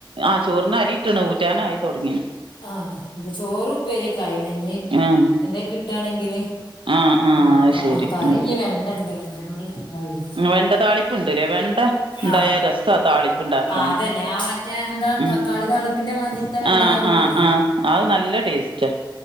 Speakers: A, on the right (about 90°); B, on the left (about 70°).
A: ആഹ് ചോറിന അരിയിട്ട്ണ് ഊറ്റാനായി തുടങ്ങിണ്
B: ആഹ് ക്ക് ചോറ് ഉപ്പേര്യോക്കെ അയീണ് ഞ്ഞ്
A: ആഹ്
B: എന്തേ കിട്ടാണെങ്കില്
A: ആഹ് ആഹ്
B: ഇണ്ടാക്ക
A: അത് ശരി
B: ആഹ് കറിഞ്
A: ഉം
B: വെണ്ടണ്ട് വെണ്ടനോട്ണ്ട ആയേ
A: വെണ്ട താളിപ്പ്ണ്ട്ല്ലേ വെണ്ട ഇണ്ടായാ
B: ആഹ്
A: രസാ താളിപ്പ്ണ്ടാക്കാന്
B: അതന്നെ ആഹ് മ റ്റഎന്താ
A: ഉം
B: തക്കാളി താളിപ്പിന്റെ മാതിര്തെ വെണ്ട
A: ആഹ്
B: താളിപ്പില്ലേ
A: ആഹ് ആഹ് അത് നല്ല ടേസ്റ്റാ